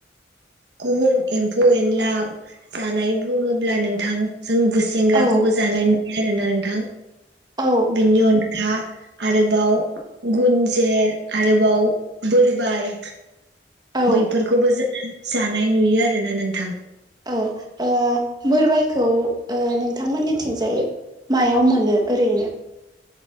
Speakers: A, on the right (about 70°); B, on the right (about 25°).
A: गुबुन एम्फौ-एनला जानाय बुङोब्ला नोंथां। जों गुसेेंग्राखौबो
B: औ
A: जानाय नुयो आरो ना नों थां
B: औ
A: बिनि अनगा आरोबाव गुनजेर आरोबाव बोरबाय
B: औ
A: बैफोरखौबो जोङो। जानाय नुयो आरोना नोंथां।
B: औ ओ बोरबायखौ नोंथांमोननिथिंजाय मायाव मोनो ओरैनो?